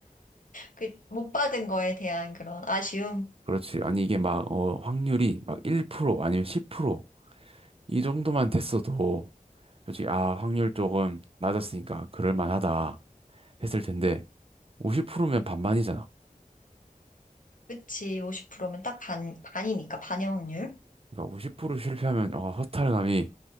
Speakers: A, on the left; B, on the right.
A: 그 못 받은 거에 대한 그런 아쉬움.
B: 그렇지. 아니 이게 막 어, 확률이 막 1% 아니면 10%이 정도만 됐어도 솔직히 아 확률 조금 낮았으니까 그럴 만하다 했을 텐데 50%면 반반이잖아.
A: 그치, 50%면 딱 반, 반이니까, 반의 확률.
B: 그러니까 50% 실패하면 어, 허탈감이